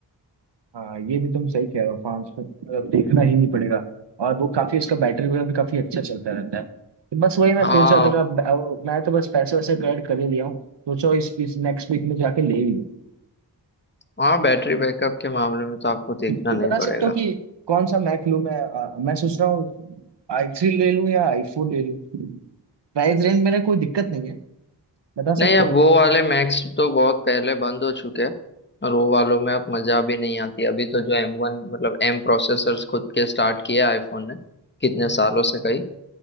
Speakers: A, on the right; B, on the left.
A: हाँ ये भी तुम सही कह रहे हो पाँच सौ देखना ही नहीं पड़ेगा और वो काफी उसका बैटरी वगैरह भी काफी अच्छा चलता रहता है तो बस वही मैं
B: हाँ
A: सोच रहा था कि अब- अब मैं तो बस पैसे वैसे कलेक्ट कर ही लिया हूँ सोचो इस इस नेक्स्ट वीक में जाके ले ही लूँ
B: हाँ बैटरी बैकअप के मामले में तो आपको देखना
A: ये
B: नहीं
A: बता सकते
B: पड़ेगा
A: हो कि कौन सा मैक लूं मैं अ, मैं सोच रहा हूँ आई थ्री ले लूं या आई फोर ले लूं प्राइस रेंज मेरा कोई दिक्कत नहीं है बता
B: नहीं
A: सकते
B: अब
A: हो
B: वो वाले मैक्स तो बहुत पहले बंद हो चुके हैं और वो वालों में अब मजा भी नहीं आती अभी तो जो एम वन मतलब एम प्रोसेसर्स खुद के स्टार्ट किए आईफोन ने कितने सालों से कई